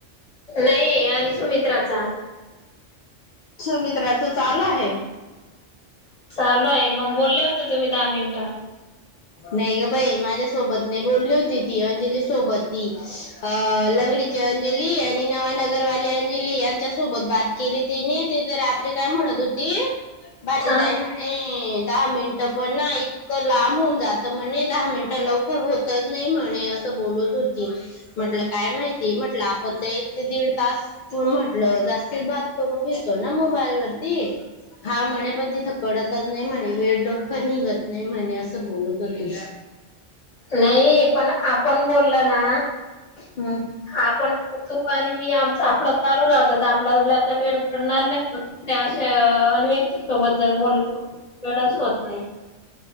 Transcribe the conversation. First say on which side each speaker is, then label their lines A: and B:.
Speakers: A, on the left; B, on the left.
A: नाही आणि सुमित्रा का?
B: सुमित्राच चालू आहे.
A: चालू आहे, मग बोलले होते तुम्ही दहा मिनिटं
B: नाही ग बाई माझ्यासोबत नाही बोलली होती ती, अंजली सोबत ती, अ लंगडीची अंजली आणि नवा नगरवाली अंजली यांच्या सोबत बात केली तिने तिथ रात्री काय म्हणत होती? भरती
A: हा
B: ताई म्हणे दहा मिनटं पण ना इतकं लांब होऊन जात म्हणे दहा मिनिटं लवकर होतच नाही म्हणे असं बोलत होती म्हटलं काय माहिती म्हटलं आपण तर एक ते दीड तास प म्हटलं जास्तीच बात. करून घेतो ना मोबाईल वरती. हा म्हणे पण तीथ कडतच नाही म्हणे वेळ. लवकर निघत नाही म्हणे असं बोलत होती.
A: नाही. पण आपण बोलल ना
B: हम्म
A: आपण तु आणि मी आपलं चालू राहतो. आपल्याला आता वेळ पडणार नाही त्या अशा अ व्यक्ती सोबत जर बोल वेळच होत नाही.